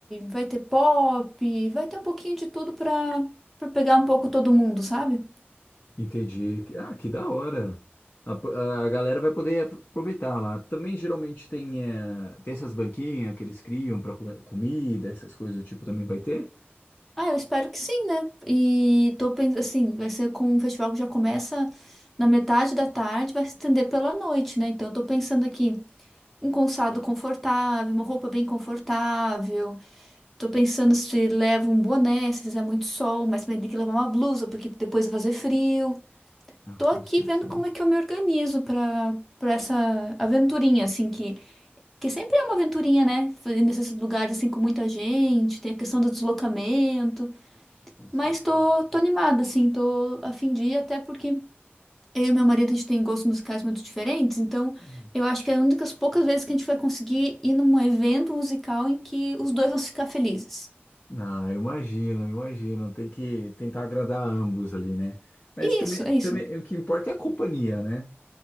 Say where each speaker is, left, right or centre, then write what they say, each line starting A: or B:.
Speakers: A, in the centre; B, on the left.
A: vai ter pop, vai ter um pouquinho de tudo pra, pra pegar um pouco todo mundo, sabe?
B: Entendi. Que- Ah, que da hora. A, p- a galera vai poder aproveitar lá. Também geralmente tem, eh, tem essas banquinhas que eles criam para comida, essas coisas do tipo também vai ter?
A: Ah, eu espero que sim, né? E tô pensando assim, vai ser com um festival que já começa na metade da tarde, vai se estender pela noite, né? Então eu tô pensando aqui um calçado confortável, uma roupa bem confortável. Tô pensando se leva um boné, se fizer muito sol, mas também tem que levar uma blusa, porque depois vai fazer frio.
B: Ah,
A: tô
B: com
A: aqui
B: certeza.
A: vendo como é que eu me organizo pra para essa aventurinha, assim, que, que sempre é uma aventurinha, né? Fazer Nesses lugares, assim, com muita gente, tem a questão do deslocamento,
B: Com certeza.
A: mas tô, tô animada, assim, tô a fim de ir, até porque eu e meu marido, a gente tem gostos musicais muito diferentes, então
B: Hum.
A: eu acho que é uma das poucas vezes que a gente vai conseguir ir num evento musical em que os dois vão ficar felizes.
B: Não, eu imagino, eu imagino. Tem que tentar agradar ambos ali, né? Mas
A: Isso,
B: também,
A: é isso.
B: também o que importa é a companhia, né?